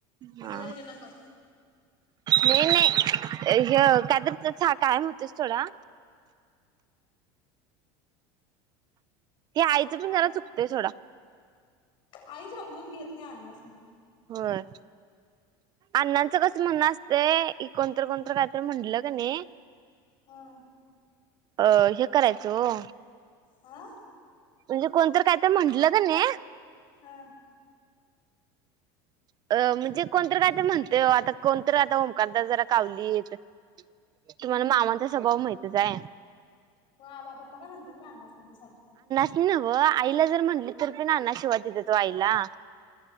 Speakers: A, on the left; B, on the right.
A: निकी
B: हा
A: वहीनी नको.
B: नाही नाही, ह तर कायम होतेस सोडा. हे आयचं
A: हा
B: पण जरा चुकतंय सोडा.
A: आई समजून घेत नाही आण्णसनी..
B: होय. अण्णांचा कसं म्हणणं असतंय, कोणतर कोणतर कायतर म्हटलं का नाही
A: हा.
B: अ हे करायचं ओ
A: हा.
B: म्हणजे कोणतर काय तर म्हंटलं क नाही
A: हा.
B: अ म्हणजे कोणतरी काय तरी म्हणते आता, कोणतरी आता ओमकारला जरा कावलीत
A: हम्म
B: तुम्हाला मामांचा स्वभाव माहितच आहे.
A: हो आबा पप्पा काय म्हणतात का अण्णास नी ते सारखं
B: नव्हं आईला जर म्हटली तरी पण अण्णा शिवाय देत होतो आईला.